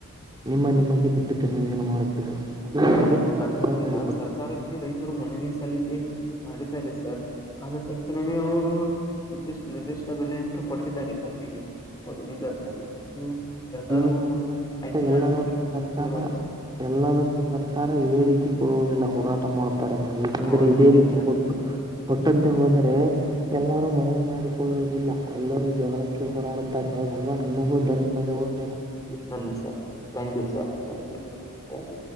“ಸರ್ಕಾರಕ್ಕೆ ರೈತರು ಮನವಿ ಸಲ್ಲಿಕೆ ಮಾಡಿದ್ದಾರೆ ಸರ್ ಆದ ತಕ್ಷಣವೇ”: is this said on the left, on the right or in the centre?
Left